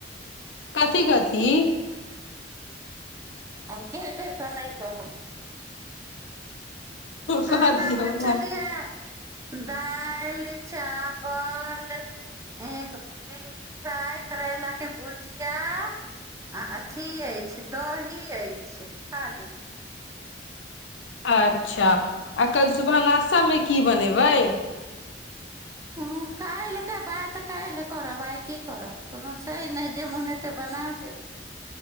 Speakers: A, on the left; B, on the right.
A: कथि कथि
B: आब केए बेर कऽ नहि कहब खाना
A: कह दियौ
B: बचल
A: ने
B: या दालि चावल एक भिंडी फ्राइ करैलाक के भुजिया आ अथि अछि दही अछि खा लिय
A: अच्छा आ कल्ह सुबह नश्तामे की बनेबै
B: हँ काल्हिके बात काल्हि करब आइ की करब कोनो छै नहि जे मोन हेतै बना देब